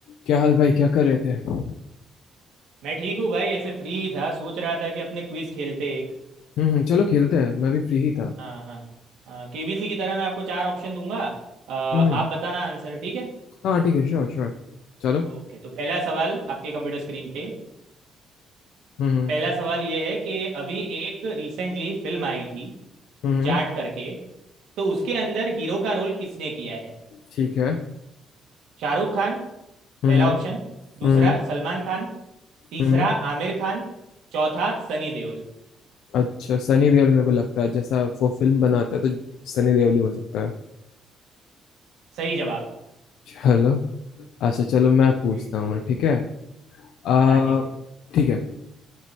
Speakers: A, on the left; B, on the right.
A: क्या हाल भाई क्या कर रहे थे हम्म
B: मैं ठीक हूँ भाई ऐसे फ्री था सोच रहा था कि अपने क्विज खेलते एक
A: हम्म, चलो खेलते हैं मैं भी फ्री ही था
B: हाँ हाँ हाँ केबीसी की तरह मैं आपको चार ऑप्शन दूंगा अ, आप
A: हम्म
B: बताना आंसर ठीक है
A: हाँ ठीक है श्योर श्योर चलो
B: ओके तो पहला सवाल आपके कंप्यूटर स्क्रीन पे
A: हम्म हम्म
B: पहला सवाल ये है कि अभी एक रिसेंटली फिल्म आई थी
A: हम्म, हम्म,
B: जाट करके तो उसके अंदर हीरो का रोल किसने किया है
A: ठीक है
B: शाहरुख खान
A: हम्म
B: पहला
A: हम्म
B: ऑप्शन दूसरा
A: हम्म
B: सलमान खान तीसरा
A: हम्म।
B: आमिर खान चौथा सनी देओल
A: अच्छा सनी देओल मेरे को लगता है जैसा वो फिल्म बनाता है तो सनी देओल ही हो सकता है
B: सही जवाब
A: चलो अच्छा चलो मैं पूछता
B: ठीक है
A: हूँ ठीक है आ
B: हाँ ठीक है ठीक
A: ठीक है